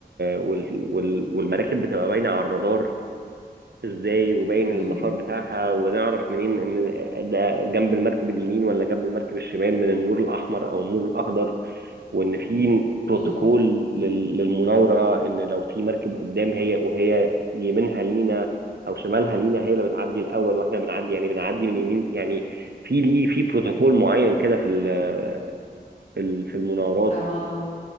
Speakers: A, on the right; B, on the left.
A: وال... وال... والمراكب بتبقى باينه على الرادار ازاي وباين المسار
B: امم
A: بتاعها ونعرف منين ان ده جنب المركب اليمين ولا جنب المركب الشمال من النور الاحمر او النور الاخضر وان في
B: امم.
A: بروتوكول لل- للمناوره ان لو في مركب قدام هي وهي يمينها لينا او شمالها لينا هي اللي بتعدي الاول واحنا بنعدي يعني بنعدي من يمين يعني في ليه في بروتوكول معين كده في ال- في ال- في المناورات
B: اه